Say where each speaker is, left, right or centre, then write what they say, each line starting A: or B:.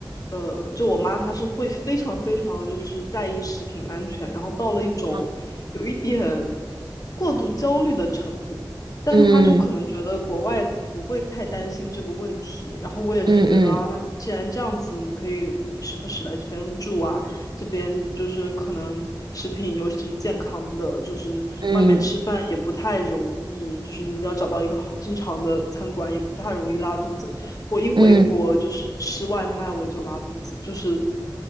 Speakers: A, on the left (about 45°); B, on the right (about 65°).
A: 呃，就我妈她是会非常非常就是在意食品安全，然后到了一种有一点过度焦虑的程度，
B: 嗯
A: 但是她就可能觉得国外不会太担心这个问题，
B: 嗯
A: 然后我也是觉得啊，
B: 嗯嗯。嗯
A: 那既然这样子，你可以时不时来这边住啊。这边就是可能食品，尤其是健康的，就是外面吃饭也不太容易，
B: 嗯
A: 就是你要找到一个好正常的餐馆也不太容易拉肚子。我一回国就是吃外卖我就拉肚子，
B: 嗯，
A: 就是